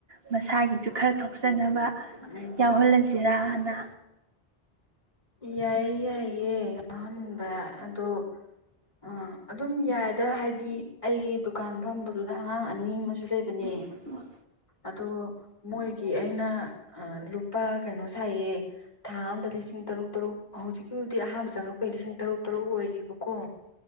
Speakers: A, on the right; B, on the left.
A: ꯃꯁꯥꯒꯤꯁꯨ ꯈꯔ ꯊꯣꯛꯆꯅꯕ
B: ꯎꯝ
A: ꯌꯥꯎꯍꯜꯂꯖꯤꯔꯅ
B: ꯌꯥꯏꯌꯦ ꯌꯥꯏꯌꯦ ꯌꯥꯎꯍꯟꯕ ꯑꯗꯣ ꯑ ꯑꯗꯨꯝ ꯌꯥꯏꯗ ꯍꯥꯏꯗꯤ ꯑꯩꯒꯤ ꯗꯨꯀꯥꯟ ꯐꯝꯕꯗꯨꯗ ꯑꯉꯥꯡ ꯑꯅꯤ ꯑꯃꯁꯨ ꯂꯩꯕꯅꯦ
A: ꯎ
B: ꯑꯗꯣ ꯃꯣꯏ ꯀꯤ ꯑꯩꯅ ꯑ ꯂꯨꯄꯥ ꯀꯩꯅꯣ ꯁꯥꯏꯌꯦ ꯊꯥ ꯑꯝꯗ ꯂꯤꯁꯤꯡ ꯇꯔꯨꯛ ꯇꯔꯨꯛ ꯍꯧꯖꯤꯛꯀꯤꯕꯨꯗꯤ ꯑꯍꯥꯟꯕ ꯆꯪꯉꯛꯄꯒꯤ ꯂꯤꯁꯤꯡ ꯇꯔꯨꯛ ꯇꯔꯨꯛ ꯑꯣꯏꯔꯤꯕꯀꯣ